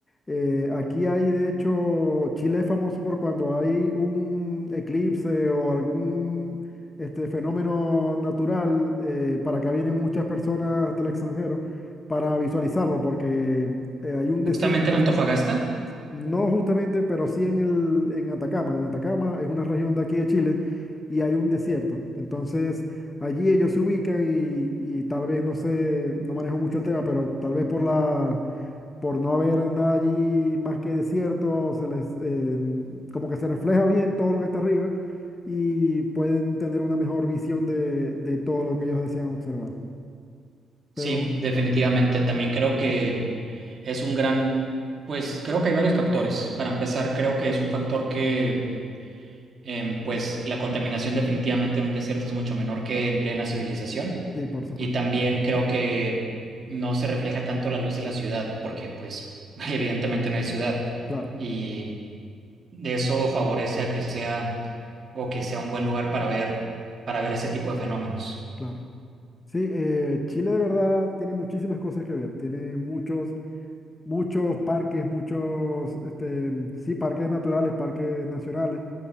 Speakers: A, on the left; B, on the right.
A: eh, aquí hay, de hecho, Chile es famoso por cuando hay un eclipse o algún este, fenómeno natural, eh, para acá vienen muchas personas del extranjero para visualizarlo porque eh, hay un
B: Justamente
A: desierto que
B: en Antofagasta.
A: se llama... No justamente, pero sí en el, en Atacama. En Atacama es una región de aquí de Chile y hay un desierto. Entonces, allí ellos se ubican y, y tal vez, no sé, no manejo mucho el tema, pero tal vez por la, por no haber nada allí más que desierto, se les, eh, como que se refleja bien todo lo que está arriba y pueden tener una mejor visión de, de todo lo que ellos desean observar.
B: Sí,
A: Pero
B: definitivamente. También creo que es un gran, pues creo que hay varios factores. Para empezar, creo que es un factor que, em, pues la contaminación definitivamente en un desierto es mucho menor que en plena civilización.
A: sí, por supuesto,
B: Y también creo que no se refleja tanto la luz de la ciudad, porque pues <laughs> evidentemente no hay ciudad.
A: claro,
B: Y eso favorece a que sea o que sea un buen lugar para ver, para ver ese tipo de fenómenos.
A: claro. Sí, eh, Chile de verdad tiene muchísimas cosas que ver, tiene muchos, muchos parques, muchos, este, sí, parques naturales, parques nacionales.